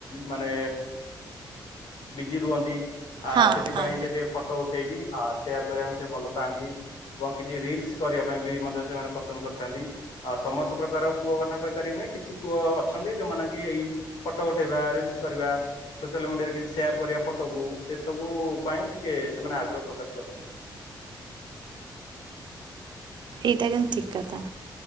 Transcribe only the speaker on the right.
ହଁ
ହଁ
ଏଇଟା କିନ୍ତୁ ଠିକ୍ କଥା।